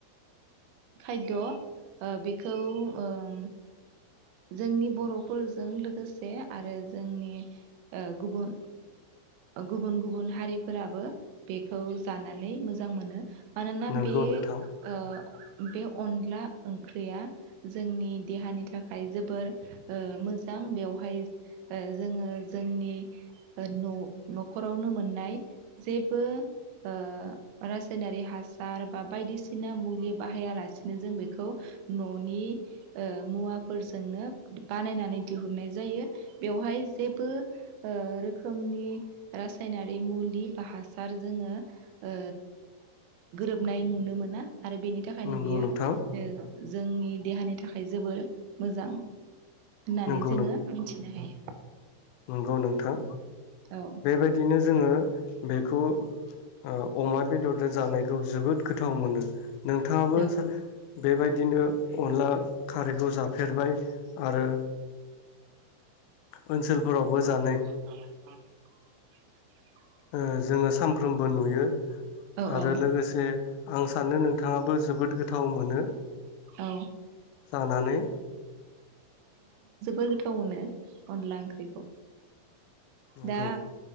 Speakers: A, on the right; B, on the left.
A: खायद' ओ बेखौ ओम जोंनि बर'फोरजों लोगोसे आरो जोंनि ओ गुबुन ओ गुबुन गुबुन हारिफोराबो बेखौ जानानै मोजां मोनो। मानोना
B: नंगौ
A: बे
B: नोंथां
A: ओ बे अनला ओंख्रिया जोंनि देहानि थाखाय जोबोर ओ मोजां बेवहाय ओ जोङो जोंनि न' नखरावनो मोननाय जेबो ओ रासायनारि हासार बा बायदिसिना मुलि बाहायालासिनो जों बेखौ न'नि ओ मुवाफोरजोंनो बानायनानै दिहुननाय जायो। बेवहाय जेबो ओ रोखोमनि रासायनारि मुलि बा हासार जोङो ओ गोरोबनाय नुनो मो ना। आरो बेनि थाखायनो
B: नंगौ
A: बियो
B: नोंथां
A: दो जोंनि देहानि थाखाय जोबोर मोजां होननानै
B: नंगौ
A: जोङो मोन्थिनो हायो।
B: औ नोंथां।
A: औ
B: बेबायदिनो जोङो बेखौ ओ अमा बेदरजों जानायखौ जोबोद गोथाव मोनो। नोंथाङाबो
A: औ
B: बेबायदिनो अनला खारैखौ जाफेरबाय आरो ओनसोल फोरावबो जाना
A: <inaudible>
B: ओ जोङो सानफ्रोमबो नुयो
A: औ
B: आरो
A: औ
B: लोगोसे आं सानो नोंथाङाबो जोबोद गोथाव मोनो
A: औ
B: जानानै।
A: द गोथाव मोनो अनला ओंख्रिखौ।
B: नोंगौ।
A: दा